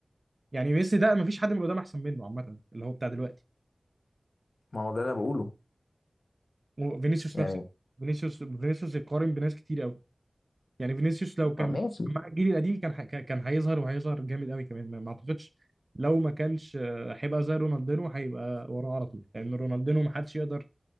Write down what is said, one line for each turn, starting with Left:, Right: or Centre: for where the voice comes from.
Right: يعني ميسي ده مفيش حد من قدام احسن منه عامه اللي هو بتاع دلوقتي
Left: ما هو ده اللي انا بقوله
Right: وفينيسيوس
Left: يعني
Right: نفس فينيسيوس فينيسيوس يقارن بناس كتير قوي يعني فينيسيوس لو كان
Left: ما- ماشي
Right: مع الجيل القديم كان ح- كان كان هيظهر وهيظهر جامد قوي كمان ما ما اعتقدش لو ما كانش آه، هيبقى زي رونالدينو هيبقى وراه على طول لان رونالدينو ما حدش يقدر